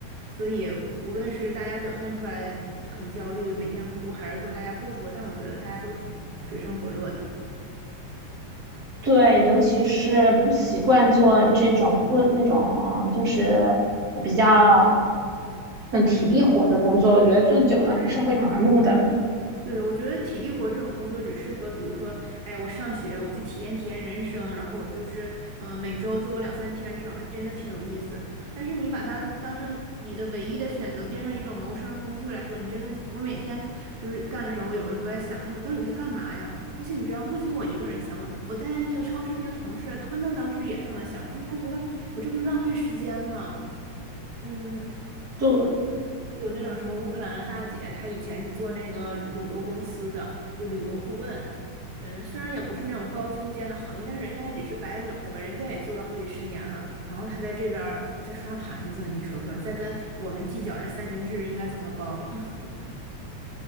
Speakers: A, on the right; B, on the right.
A: 所以，无论是大家表现出来很焦虑，每天哭，还是说大家不说，但我觉得大家都挺水深火热的。
B: 对，尤其是不习惯做这种不那种就是比较嗯体力活的工作，我觉得做久了还是会麻木的。
A: 对，我觉得体力活这种工作只适合，比如说，哎，我上学，我去体验体验人生，然后我就是，嗯、每周做我两三天这种，还真的挺有意思。但是你把它当成你的唯一的选择，变成一种谋生的工具来说，你真的就，我每天就是干的时候，我有时候都在想，哎，我到底在干嘛呀？而且你知道，不仅我一个人想，我我带那个超市那些同事，他们当时也这么想，就是他觉得我这不是浪费时间吗？嗯，
B: 对。
A: 有那种什么乌克兰的大姐，她以前是做那个旅游公司的，就旅游顾问。嗯，虽然也不是那种高精尖的行业，但是人家也只是白领，对吧？人家也做了好几十年了，然后她在这边儿在刷盘子，你说说，在跟我们计较那三明治应该怎么包？<laughs>